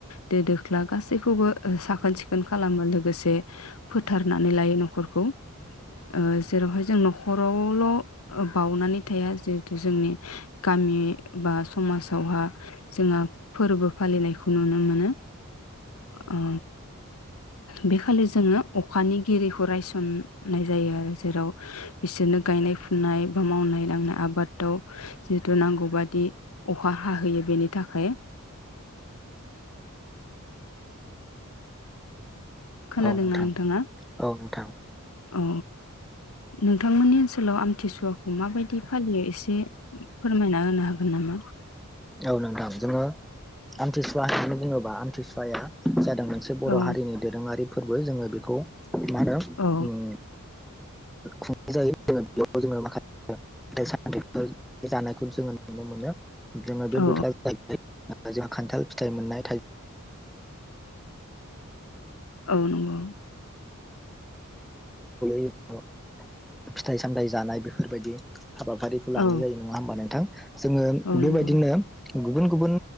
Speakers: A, on the left; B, in the centre.
A: दो दोख्ला गासैखौबो साखोन सिखोन खालामो लोगोसे फोथ फुथारनानै लायो न'खरखौ ओ जेरावहाय जों न'खरावल' बावनानै थाया जिहेथु जोंनि गामि बा समाजावहा जोंहा फोरबो फालिनायखौ नुनो मोनो ओ बे खालि जोङो अखानिगिरिखौ रायसननाय जायो आरो जेराव बिसोरनो गायनाय फुनाय बा मावनाय दांनाय आबादाव जिहेतु नांगौबादि अखा हाहोयो बेनि थाखाय। खोनादोंना
B: औ नोंथां
A: नोंथाङा?
B: औ नोंथां
A: औ। नोंथांमोननि ओनसोलाव आमथिसुवाखौ माबायदि फालियो एसे फोरमायना होनो हागोन नामा?
B: औ नोंथां जोङो आमथिसुवा होननानै बुङोबा आमथिसुवाया जाय जों मोनसे बर'
A: औ
B: हारिनि दोरोङारि फोरबो जोङो बेखौ मा होनो
A: औ
B: उम। खुंनाय जायो जो बेयाव जोङो माखासे फिथाइ सामथायफोर जानायखौ जोङो नुनो मोनो। जोङो बे
A: औ
B: बोथोर <unintelligible> जोंहा खान्थाल फिथाइ मोननाय
A: औ नंगौ
B: <unintelligible> <unintelligible> <unintelligible> फिथाइ सामथाइ जानाय बेफोरबायदि। हाबाफारिखौ लानाय
A: औ
B: जायो नङा होमबा नोंथां जोङो
A: औ
B: बेबायदिनो
A: नंगौ
B: गुबुन गुबुन